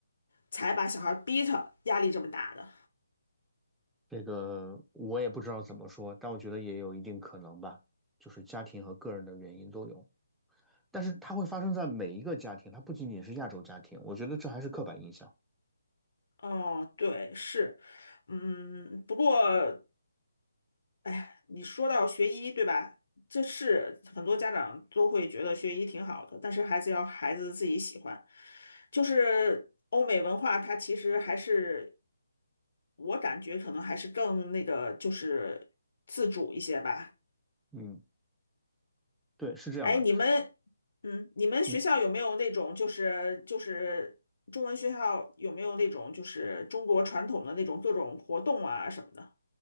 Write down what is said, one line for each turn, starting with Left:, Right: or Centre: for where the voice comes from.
Left: 才把小孩儿逼他压力这么大的。
Centre: 这个我也不知道怎么说，但我觉得也有一定可能吧，就是家庭和个人的原因都有，但是它会发生在每一个家庭，它不仅仅是亚洲家庭，我觉得这还是刻板印象。
Left: 哦，对，是，嗯，不过。哎呀，你说到学医，对吧？这是很多家长都会觉得学医挺好的，但是孩子要孩子自己喜欢。就是欧美文化，它其实还是我感觉可能还是更那个，就是自主一些吧。
Centre: 嗯。对，是这样的。
Left: 哎，你们，嗯，你们学校有没有那种就是就是中文学校有没有那种就是中国传统的那种各种活动啊什么的？
Centre: 你